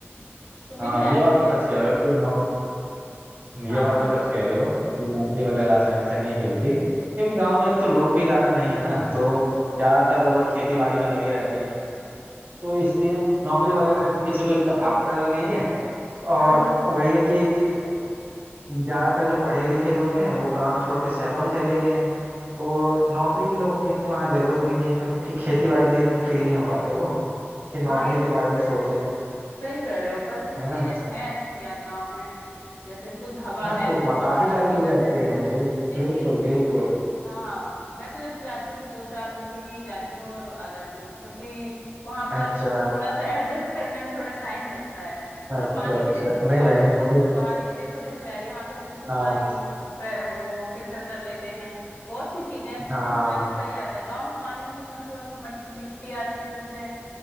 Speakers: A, on the left; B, on the right.
A: तो मिल
B: हाँ
A: जाती
B: ये बात तो
A: है
B: सच कह रहे हो कि नौक ये
A: हाँ
B: बात
A: हाँ
B: तो सच कह रहे हो कि नौकरी वगैरह आसानी से नहीं मिलती क्योंकि गांव में एक तो लोग भी ज्यादा नहीं है ना तो ज्यादातर लोग और खेती बाड़ी में लगे रहते हैं तो इसलिए नौकरी वगैरह के पीछे कोई इतना भागता भी नहीं है और
A: हाँ हाँ
B: वही है कि ज्यादातर जो पढ़े लिखे लोग हैं वो गांव छोड़ के शहरों में चले गए हैं तो नौकरी की लोगों की इतनी वहां जरूरत भी नहीं है क्योंकि खेती बाड़ी से इतनी फ्री नहीं हो पाते वो कि नौकरी
A: हाँ ये तो
B: के बारे
A: तुम सही,
B: में सोचें
A: सही कर रहे हो पर कुछ
B: है
A: चीजें
B: ना
A: तो है अच्छी यार गांव में जैसे शुद्ध हवा
B: हाँ
A: है
B: को-
A: शुद्ध
B: बा-
A: खाना
B: काफी सारी
A: पीना
B: चीजें अच्छी
A: है
B: हैं बिल,
A: लेकिन
B: बिल्कुल बिल्कुल
A: हाँ मैं तो जैसे जाती हूँ तो दो चार दिन के लिए ही जाती हूँ और आ जाती हूँ क्योंकि वहां
B: अच्छा
A: पर थोड़ा सा एडजस्ट करने में थोड़ा टाइम लगता है थोड़ा
B: अच्छा
A: पानी
B: अच्छा
A: भी देखो
B: नहीं
A: पानी
B: भाई
A: वगैरह
B: मुझे
A: पानी देखो देखो यार यहाँ तो हम जैसे पानी
B: हाँ
A: फ्रे- वो फिल्टर कर लेते हैं बहुत सी चीजें हैं,
B: हाँ
A: बिल्कुल पानी सही आता है गाँव में पानी भी इतना थोड़ा सा मट, मिट्टी आती है उसमें